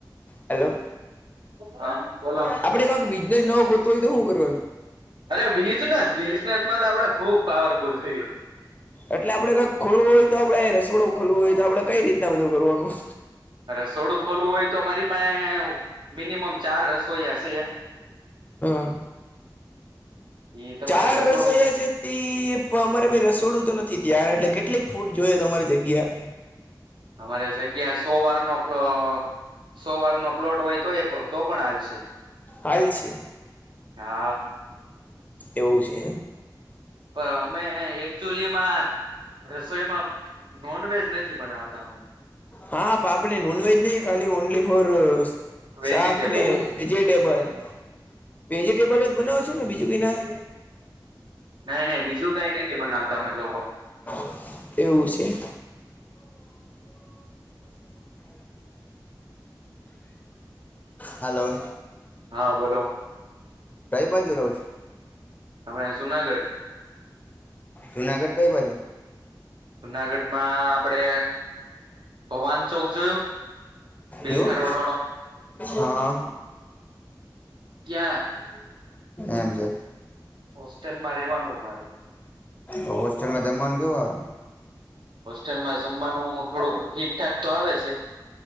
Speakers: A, on the left (about 20°); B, on the right (about 80°).
A: હેલો
B: હા બોલો
A: આપડે કઈક બિઝનેસ નવો ગોતો હોય તો શું કરવાનું?
B: અરે બિઝનેસ બિઝનેસ માં તો આપડે ખુબ પાવરફુલ છે.
A: એટલે આપડે કાક ખુલ્લું હોય તો આપણે રસોડું ખુલ્લું હોય તો આપણે કઈ રીતના બધું કરવાનું?
B: રસોડું ખોલવું હોય તો મારી પાસે મિનિમમ ચાર રસોઈયા છે.
A: હા
B: ઈ તમારે
A: ચાર
B: રસોડું
A: રસોઈયા છે. અમારે રસોડું તો નથી ત્યાર એટલે કેટલીક ફૂડ જોય તમારી જગ્યા?
B: અમારે જગ્યા સો વાર નો પલો- - સો વારનો પ્લોટ હોય તો એ તો પણ હાલશે.
A: હાલ શે
B: હા
A: એવું છે.
B: પણ અમે એકચૂલીમાં. રસોઈમાં નોનવેજ નથી બનાવતા.
A: હા આપડ નોનવેજ નહી ખાલી ઓનલી ફોર
B: વેજીટેબલ
A: શાક ને વેજીટેબલ જ બનાવ છો ને બીજું ક ના
B: નહી નહી બીજું કઈ નથી બનાવતા અમે લોકો
A: <inaudible> એવું છે. હલો.
B: હા બોલો.
A: કઈ બાજુ રહો <unintelligible>
B: અમે જુનાગઢ.
A: જુનાગઢ કઈ બાજુ.
B: જુનાગઢમાં આપડે ભગવાન ચોક જોયું? બિલખા
A: એવું
B: રોડ વાળો
A: હા.
B: ત્યાં
A: એમ છે.
B: હોસ્ટેલમાં રહેવાનું અમારે.
A: હોસ્ટેલમાં જમવાનું કેવું આવે?
B: હોસ્ટેલમાં જમવાનું થોડુંક ઠીકઠાક તો આવે છે.